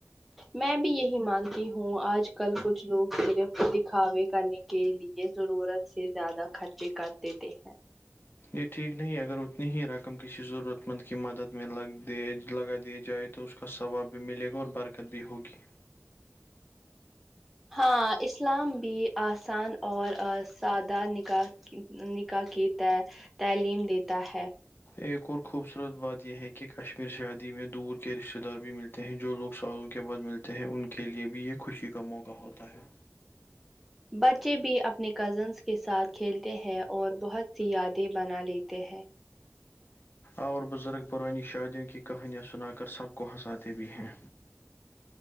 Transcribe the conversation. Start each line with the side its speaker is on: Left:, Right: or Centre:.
Centre: میں بھی یہی مانتی ہوں آج کل کچھ لوگ صرف دکھاوے کرنے کے لیے ضرورت سے زیادہ خرچے کر دیتے ہیں
Left: یہ ٹھیک نہیں اگر اتنی ہی رقم کسی ضرورت مند کی مدد میں لگ دیے لگا دییا جائے تو اس اس کا ثواب بھی ملے گا اور برکت بھی ہوگی
Centre: ہاں اسلام بھی آسان اور ا سادہ نکاح کی ہ نکاح کی ت تعلیم دیتا ہے
Left: ایک اور خوبصورت بات یہ ہے کہ کشمیر شادی میں دور کے رشتہ دار بھی مل تے ہیں جو لوگ سالوں کے بعد ملتے ہیں ان کے لیے بھی یہ خوشی کا موقع ہوتا ہے
Centre: بچے بھی اپنے کزنس کے ساتھ کھیلتے ہیں اور بہت سی یادیں بنا لیتے ہیں
Left: اور بزرگ پرانی شادیوں کی کہانیاں سنا کر سب کو ہنساتے بھی ہیں